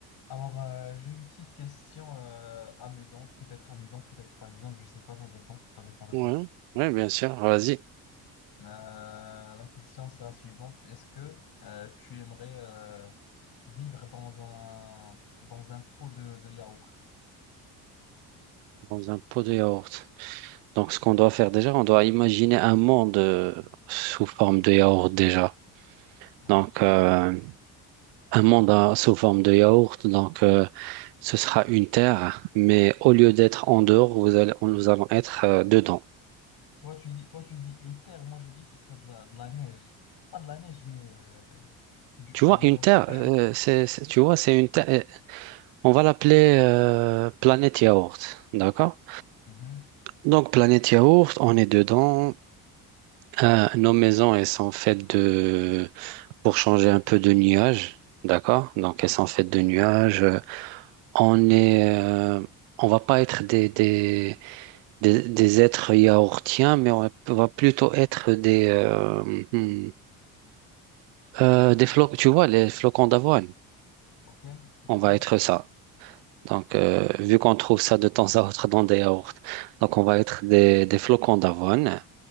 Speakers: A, on the left (about 60°); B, on the right (about 85°).
A: Alors, euh, j'ai une petite question euh, amusante, peut-être amusante, peut-être pas amusante, je sais pas, ça dépend, ça dépend de
B: Ouais,
A: toi.
B: ouais, bien sûr. Vas-y,
A: Euh, la question, c'est la suivante. Est-ce que euh, tu aimerais euh, vivre dans un, dans un pot de, de yaourt?
B: dans un pot de yaourt. Donc, ce qu'on doit faire déjà, on doit imaginer un monde euh, sous forme de yaourt déjà.
A: Ouais.
B: Donc, euh, un monde euh, sous forme de yaourt. Donc, euh, ce sera une terre, mais au lieu d'être en dehors, vous allez, on- nous allons être euh, dedans.
A: Toi, tu dis, toi, tu dis une terre, moi, je dis ce serait de la, de la neige. Pas de la neige, mais euh, du,
B: Tu
A: du
B: vois,
A: yaourt.
B: une terre, euh,
A: <laughs>
B: c'est, c'est- tu vois, c'est une terre. euh, On va l'appeler euh, planète yaourt, d'accord?
A: Mhm.
B: Donc, planète yaourt, on est dedans. Euh, nos maisons, elles sont faites de, pour changer un peu de nuages, d'accord? Donc, elles sont faites
A: Ok,
B: de nuages. On est, euh, on va pas être des, des, des, des êtres yaourtiens, mais on va plutôt être des, euh, hmm, euh, des flocons, tu vois, les flocons d'avoine.
A: ok, d'accord.
B: On va être ça. Donc, euh, vu qu'on trouve ça de temps à autre dans des yaourts, donc on va être des, des flocons d'avoine.